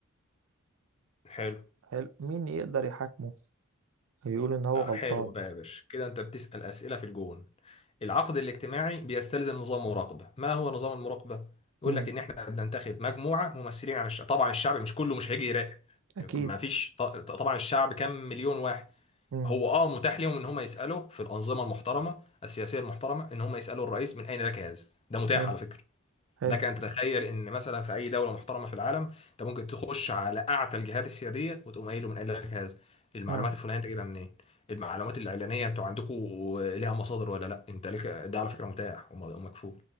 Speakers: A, on the left; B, on the right.
A: حلو
B: حلو مين يقدر يحاكمه يقول ان هو
A: آه،
B: غلطان
A: حلو بقى يا باشا كده انت بتسأل أسئلة في الجون العقد الاجتماعي بيستلزم نظام مراقبة ما هو نظام المراقبة يقول
B: امم
A: لك ان احنا بننتخب مجموعة ممثلين عن الشعب طبعا الشعب مش كله مش هيجي يراقب
B: اكيد
A: ما فيش ط- طبعا الشعب كام مليون واحد
B: امم
A: هو اه متاح لهم ان هم يسألوا في الأنظمة المحترمة السياسية المحترمة ان هم يسألوا الرئيس من اين لك هذا ده متاح
B: حلو
A: على فكرة
B: حلو
A: لك ان تتخيل ان مثلا في اي دوله محترمه في العالم انت ممكن تخش على اعتى الجهات السياديه وتقوم قايل له من قال لك هذا المعلومات
B: امم
A: الفلانيه انت جايبها منين المعلومات الاعلانيه انتوا عندكم ليها مصادر ولا لا انت لك ده على فكره متاح وم- ومكفول